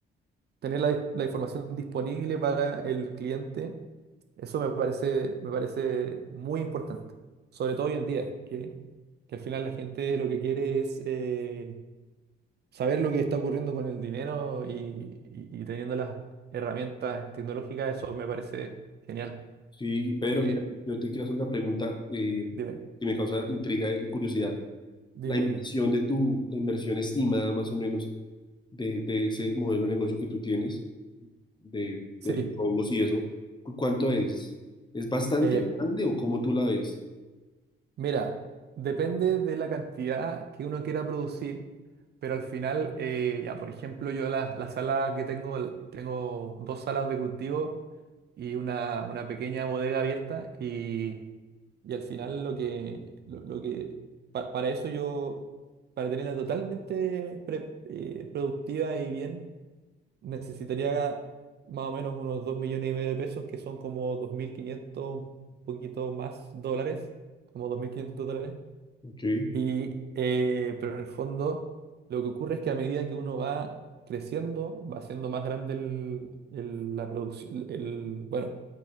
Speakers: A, on the right (about 55°); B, on the left (about 20°).
A: tener la, la información disponible para el cliente. Eso me parece, me parece muy importante, sobre todo hoy en día, que, que al final la gente lo que quiere es... eh, saber lo que está ocurriendo con el dinero y, y- y teniendo las herramientas tecnológicas, eso me parece genial.
B: Sí, y Pedro,
A: Así que
B: mira, yo te quiero hacer una pregunta eh,
A: dime,
B: que me causa intriga y curiosidad.
A: dime,
B: La inversión
A: dime.
B: de tu, la inversión estimada más o menos de, de ese modelo de negocio que tú tienes, de,
A: Sí,
B: de los hongos y eso, ¿cu- ¿cuánto es? ¿Es bastante
A: eh,
B: grande o cómo tú la ves?
A: Mira, depende de la cantidad que uno quiera producir, pero al final, eh, ya por ejemplo, yo la, la sala que tengo, l- tengo dos salas de cultivo y una, una pequeña bodega abierta y, y al final lo que, lo, lo que pa- para eso yo, para tenerla totalmente pre- eh, productiva y bien necesitaría más o menos unos dos millones y medio de pesos, que son como 2.500 un poquito más dólares, como 2.500 dólares.
B: Ok,
A: Y, eh, pero en el fondo, lo que ocurre es que a medida que uno va creciendo, va siendo más grande el, el- la producción, el, bueno,